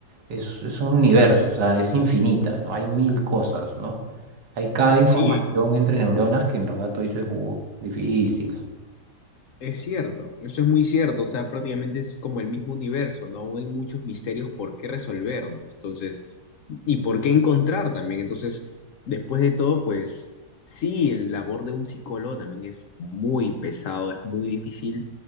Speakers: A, on the right; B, on the left.
A: es, es un universo, o sea, es infinita, ¿no? Hay mil cosas, ¿no? Hay cada información
B: Sí,
A: entre neuronas que en verdad tú dices, uh, difícil.
B: Es cierto, eso es muy cierto, o sea, prácticamente es como el mismo universo, ¿no? Aún hay muchos misterios por qué resolver, ¿no? Entonces, y por qué encontrar también. Entonces, después de todo, pues sí, el labor de un psicólogo también es muy pesado, es muy difícil,